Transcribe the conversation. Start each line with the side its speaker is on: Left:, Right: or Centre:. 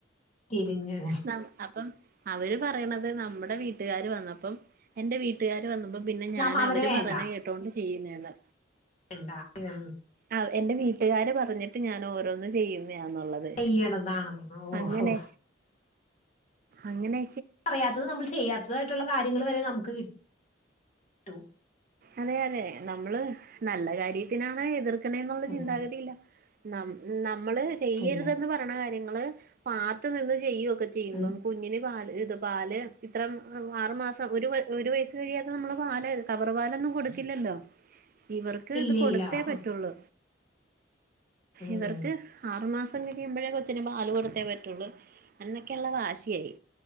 Left: തിരിഞ്ഞ്
Right: ന്നം അപ്പം അവര് പറയ്ണത് നമ്മ്ടെ വീട്ട്കാര് വന്നപ്പം എന്റെ വീട്ട്കാര് വന്നപ്പം പിന്നെ ഞാനവര്
Left: നമ്മ അവരെ വേണ്ട
Right: പറീണെ കേട്ടോണ്ട് ചെയ്യുന്നേന്ന്
Left: ഇണ്ടാ ഇവര്
Right: ആഹ് എന്റെ വീട്ട്കാര് പറഞ്ഞിട്ട് ഞാൻ ഓരോന്ന് ചെയ്യുന്ന്യാന്നുള്ളത്
Left: ചെയ്യണതാണെന്ന്
Right: അങ്ങെനെ
Left: ഓഹോ
Right: അങ്ങെനെ
Left: അറയാത്തത് നമ്മൾ ചെയ്യാത്തതായ്ട്ടുള്ള കാര്യങ്ങൾ വരെ നമുക്ക് കിട്ടും
Right: അതെ അതെ നമ്മൾ നല്ല കാര്യത്തിനാണ് എതിർക്ക്ണെന്നുള്ള
Left: ഉം,
Right: ചിന്താഗതില്ലാ നം നമ്മൾ ചെയ്യരുതെന്ന്
Left: ഇല്ല
Right: പറിണെ കാര്യങ്ങൾ പാത്ത് നിന്ന് ചെയ്യൊ ക്കെ ചെയ്യുമ്പം
Left: ഉം,
Right: കുഞ്ഞിന് പാൽ ഇത് പാൽ ഇത്ര മാസം ഒരു വയ് വയ്സ്സ് കഴിയാതെ നമ്മളെ പാൽ കവ റവാലൊന്നും കൊടുക്കില്ലല്ലോ ഇവർക്ക്
Left: ഇല്ല
Right: ത് കൊടുത്തേ
Left: ഇല്ല
Right: പറ്റുള്ളൂ
Left: ആ, ഉം,
Right: ഇവർക്ക് ആറു മാസ് പ്പം തിരിയുമ്പൊഴേ കൊച്ചിന് പാൽ കൊടുത്തേ പറ്റൊള്ളൂ അന്നെക്കെള്ള വാശ്യായി